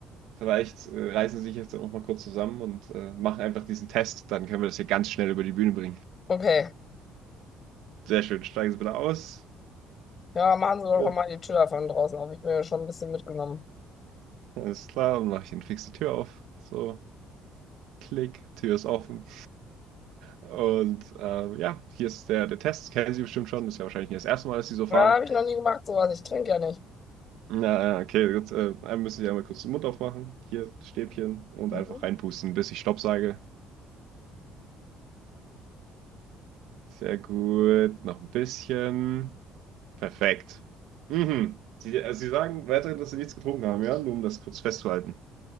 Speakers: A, on the right; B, on the left.
A: Vielleicht äh, reißen sie sich jetzt auch mal kurz zusammen und äh, machen einfach diesen Test. Dann können wir das hier ganz schnell über die Bühne bringen.
B: Okay.
A: Sehr schön. Steigen Sie bitte aus.
B: Ja, machen Sie doch
A: Gut.
B: mal die Tür von draußen auf. Ich bin ja schon ein bisschen mitgenommen.
A: Alles klar. Dann mache ich Ihnen fix die Tür auf. So, klick, Tür ist offen. Und äh, ja, hier ist der, der Test. Kennen Sie bestimmt schon. Ist ja wahrscheinlich nicht das erste Mal, dass Sie so fahren.
B: Ja, habe ich noch nie gemacht, sowas. Ich trinke ja nicht.
A: Ja, ja, okay, gut. Äh, dann müssen Sie einmal kurz den Mund aufmachen. Hier, das Stäbchen. Und
B: Mhm.
A: einfach reinpusten, bis ich Stopp sage. Sehr gut. Noch ein bisschen. Perfekt. Mhm. Sie, also Sie sagen weiterhin, dass Sie nichts getrunken haben, ja? Nur um das kurz festzuhalten.